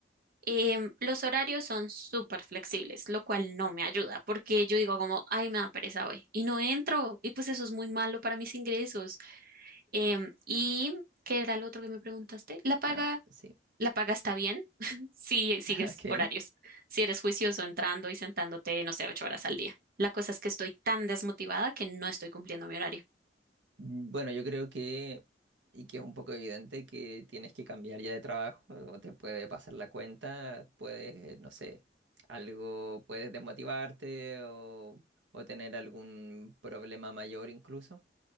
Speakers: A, on the right; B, on the right.
A: Em, los horarios son súper flexibles, lo cual no me ayuda, porque yo digo como, ay, me da pereza hoy, y no entro, y pues eso es muy malo para mis ingresos. Em, ¿y qué era lo otro que me preguntaste? La paga,
B: Ah, sí.
A: la paga está bien <laughs> si sigues
B: <laughs> Ok.
A: horarios, si eres juicioso entrando y sentándote, no sé, ocho horas al día. La cosa es que estoy tan desmotivada que no estoy cumpliendo mi horario.
B: Mm, Bueno, yo creo que, y que es un poco evidente que tienes que cambiar ya de trabajo o te puede pasar la cuenta, puedes, no sé, algo, puedes desmotivarte o, o tener algún problema mayor incluso.